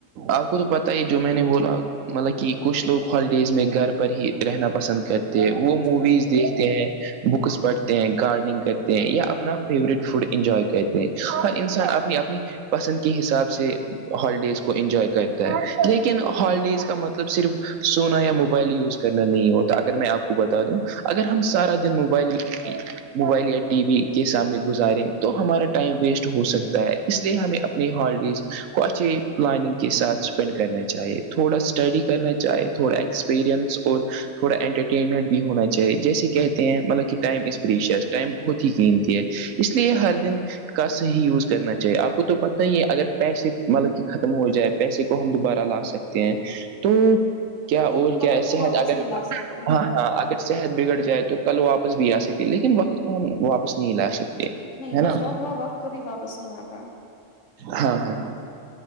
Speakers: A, on the right; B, on the left.
A: آپ کو تو پت ہی جو میں نے بولا مطلب کہ کچھ لوگ ہالیڈیز میں گھر پر ہی رہنا پسند کرتے وہ موویز
B: جی بالکل
A: دیکھتے ہیں بکس پڑھتے ہیں گارڈننگ کرتے ہیں یا اپنا فیوریٹ فوڈ انجوائے کرتے ہیں ہر انسان اپنی اپنی پسند کی حساب سے ہالیڈیز کو انجوائے کرتا ہے لیکن ہالیڈیز کا مطلب صرف سونا یا موبائل یوز کرنا نہیں ہوتا اگر میں آپ کو بتا دوں اگر ہم سارا دن موبائل موبائل یا ٹی وی کے سامنے گزارے تو ہمارا ٹائم ویسٹ ہو سکتا ہے اس لیے ہمیں اپنی ہالیڈیز کو اچھی پلاننگ کے ساتھ اسپینڈ کرنا چاہیے تھوڑا اسٹڈی کرنا چاہیے تھوڑا ایکسپیرئنس اور تھوڑا انٹرٹینمنٹ بھی ہونا چاہیے جیسے کہتے ہیں مطلب کہ ٹائم از پریش ٹائم بہت ہیقنتی ہے اس لیے ہر دن کا صحیح یوز کرنا چاہیے آپ کو تو پتہ ہی ہے اگر پیسے مطلب کہ ختم ہو جائے پیسے کو ہم دوبارہ لا سکتے ہیں تو کیا
B: لیکن
A: اور کیا
B: وقت کو
A: صحت
B: واپس
A: اگر
B: نہیں لا سکتے بالکل
A: ہاں ہاں اگر صحت بگڑ جائے تو کل واپس بھی آ سکتی لیکن وقت کو ہم واپس نہیں لا سکتے
B: نہیں
A: ہے
B: گزرا
A: نا
B: ہوا وقت کبھی واپس نہیں آتا
A: ہاں ہاں